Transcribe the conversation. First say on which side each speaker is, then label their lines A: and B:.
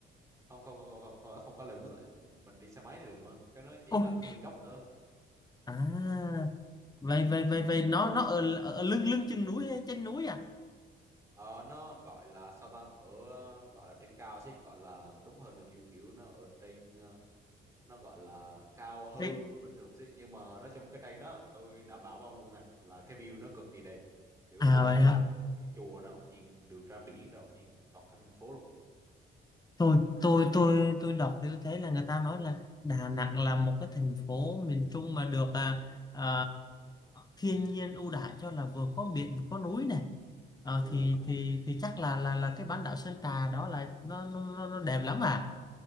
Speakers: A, on the right (about 15°); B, on the left (about 20°).
A: không không không không không không, không có leo núi đó. mình đi xe máy thì được mà cái nó chỉ
B: ôi
A: là hơi dốc thôi
B: à vậy vậy vậy vậy nó nó ở, ở lưng lưng chừng núi hay trên núi à
A: Ờ, nó gọi là sao ta ở ờ, gọi là trên cao xí gọi là đúng hơn là kiểu kiểu nó ở trên ờ, nó gọi là cao hơn
B: Thế-
A: bình thường chứ nhưng mà nó trong cái cây đó tôi đảm bảo với ông luôn à là cái view nó cực kỳ đẹp kiểu
B: à
A: là
B: vậy
A: ông
B: hả
A: từ trên chùa nó ông nhìn được ra biển rồi ông nhìn toàn cảnh thành phố luôn
B: tôi tôi tôi tôi đọc thì tôi thấy là người ta nói là Đà Nẵng là một cái thành phố miền Trung mà được à, à, thiên nhiên ưu đãi cho là vừa có biển vừa có núi này Ờ,
A: ừ.
B: thì thì thì chắc là là là cái bán đảo Sơn Trà đó là nó nó nó nó đẹp lắm à.